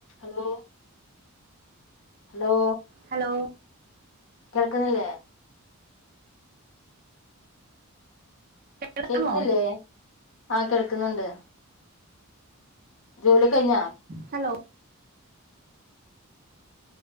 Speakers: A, on the left; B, on the right.
A: Hello. Hello
B: hello
A: കേൾക്കുന്നില്ലേ.
B: കേക്കാമോ
A: കേൾക്കുന്നില്ലേ. ആ കേൾക്കുന്നുണ്ട് ജോലി കഴിഞ്ഞോ.
B: Hello